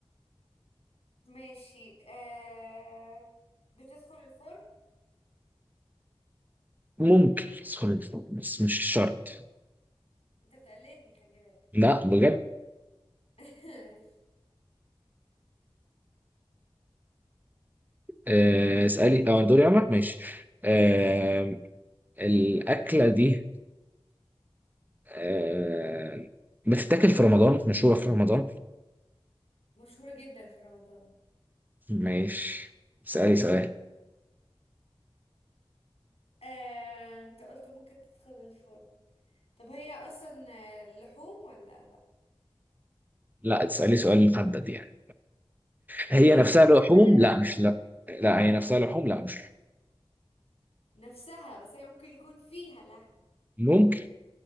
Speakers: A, on the left; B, on the right.
A: ماشي آه... بتدخل الفرن
B: ممكن تدخل الفرن بس مش شرط
A: انت بتقلدني خلي بالك
B: لا بجد
A: <laughs> ماشي
B: آه اسألي اه دوري انا ماشي آه
A: ايوه
B: الأكلة دي آه، بتتاكل في رمضان مشهورة في رمضان
A: مشهورة جدا في رمضان
B: ماشي اسألي سؤال
A: آه... انت قلت ممكن تدخل الفرن طب هي اصلا آه، لحوم ولا لا؟
B: لا تسألي سؤال محدد يعني هي
A: ايه
B: نفسها
A: لحوم
B: لحوم
A: ولا لا؟
B: لا مش لا لا هي نفسها لحوم لا مش
A: نفسها بس هي ممكن يكون فيها لحم
B: لحوم ممكن